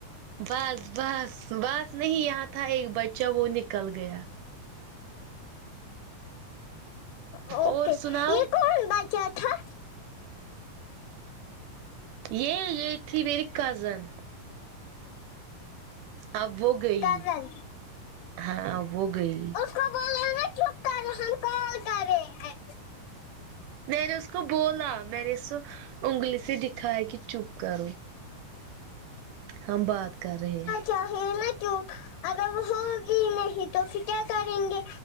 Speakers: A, on the right; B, on the left.
A: بس بس بس نہیں یہاں تھا ایک بچہ وہ نکل گیا
B: اوکے
A: اور سناؤ
B: یے کون بچہ تھا
A: یے یے تھی میریر کزن اب وہ گئی
B: کزن
A: ہاں وہ گئی
B: اس کو بولو ناما چپ کرے ہم کال کرے ہیں
A: میں نے اس کو بولا میں نے اس کو انگلی سے دکھیا کی چپ کرو ہم بات کر رہے ہیں
B: چاہے نہا تو اگر ہو بھی نہیں تو پھر کیا کریں گے